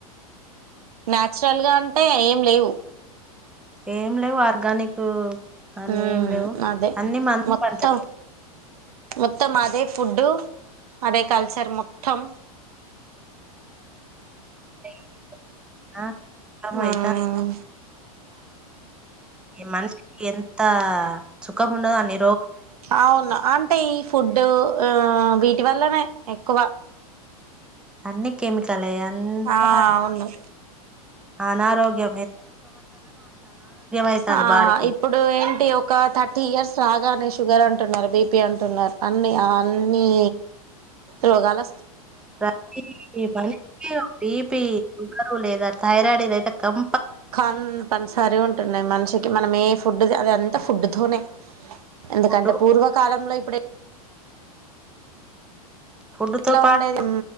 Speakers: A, on the right (about 75°); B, in the centre.
A: నాన్యాచురల్గా అంటే ఏం లేవు
B: ఏం లేవు ఆర్గానిక్ అని
A: ఉ
B: ఏం లేవు
A: అదే
B: అన్ని మందు
A: మొత్తం
B: పంటలే
A: మొత్తం అదే ఫుడ్డు అదే కల్చర్ మొత్తం
B: అయిాన
A: ఉమ్
B: మనషకి ఎంత సుక్కం ముడుద అ నే
A: అవును అంటే ఈ ఫుడ్డు ఆ వీటి వల్లనే ఎక్కువ
B: అన్ని కెమికల్ ఎంత
A: ఆ అవును
B: అనారోగ్య అయితాంది
A: ఆ
B: బాడీకి
A: ఇప్పుడు ఏంటి ఒక థర్టీ ఇయర్స్ రాగానే షుగర్ అంటే అంటున్నారు బీపీ అంటున్నారు అన్ని అన్ని రోగల్
B: ర మ బీపీ లేదా థైరాయిడ్ ఇద అతే కం
A: కాన్ పనిసారి ఉంటున్నాయి మనిషికి మనం ఏ ఫుడ్ది అది ంత ఫుడ్ తోనేే ఎందుకంటే
B: ఫుడ్
A: పూర్వకాలంలో ఇప్పుడే
B: ఫుడ్
A: ఎట్లా
B: తో పాటు
A: ఉండేది